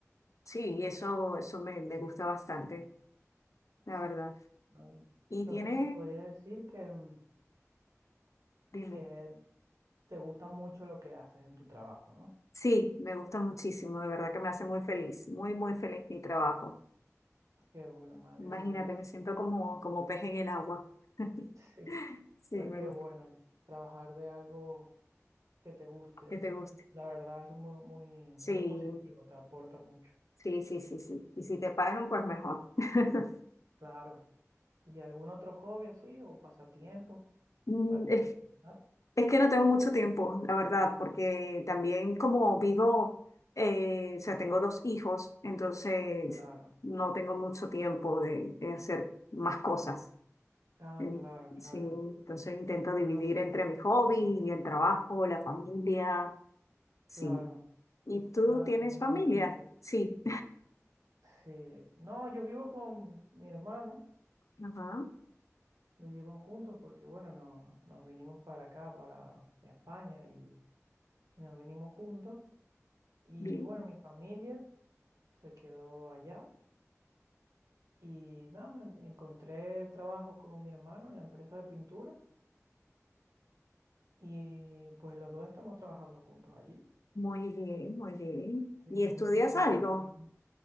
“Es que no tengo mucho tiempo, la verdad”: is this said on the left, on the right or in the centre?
Left